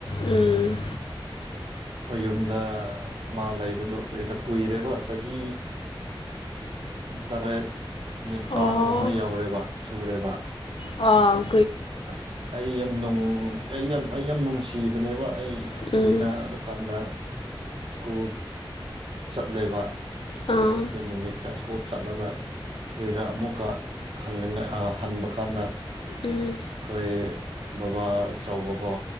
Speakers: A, on the left; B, on the right.
A: ꯎꯝ
B: ꯈꯣꯏ ꯌꯨꯝꯗ ꯃꯥ ꯂꯩꯕꯗꯨꯣ ꯀꯔꯤꯔ ꯀꯨꯏꯔꯦꯕ ꯆꯍꯤ ꯇꯔꯦꯠ ꯅꯤꯄꯥꯟꯒꯨꯝꯕ
A: ꯑꯣ
B: ꯌꯧꯔꯦꯕ ꯁꯨꯔꯦꯕ
A: ꯑꯣ
B: ꯑꯁ ꯑꯩ ꯌꯥꯝ ꯅꯨꯡ ꯑꯩ ꯌꯥꯝ ꯑꯩ ꯌꯥꯝ ꯅꯨꯡꯁꯤꯕꯅꯦꯕ ꯑꯩ
A: ꯎꯝ
B: ꯀꯔꯤꯔꯥ ꯀꯥꯟꯗ ꯁ꯭ꯀꯨꯜ ꯆꯠꯂꯦꯕ
A: ꯑꯥ
B: ꯑꯗꯨ ꯅꯨꯃꯤꯠ ꯇ ꯁꯀꯣꯠ ꯆꯠꯂꯒ ꯂꯩꯔ ꯑꯃꯨꯛꯀ ꯍꯟꯅꯤꯡ ꯑꯥ ꯍꯟꯕ ꯀꯥꯟꯗ
A: ꯎꯝ
B: ꯑꯈꯣꯏ ꯕꯕꯥ ꯆꯥꯎꯕꯀꯣ